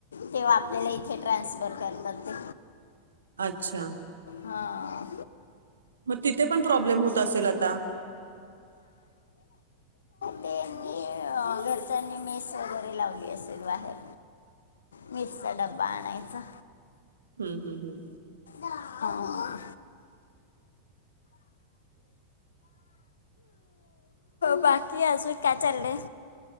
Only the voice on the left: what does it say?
तेव्हा आपल्याला ट्रान्सफर करतात.
हां
त्यांनी घरच्यांनी मेस वगैरे लावली असेल बाहेर मिरचा डब्बा आणायचा.
अं, बाकी अजू काय चालल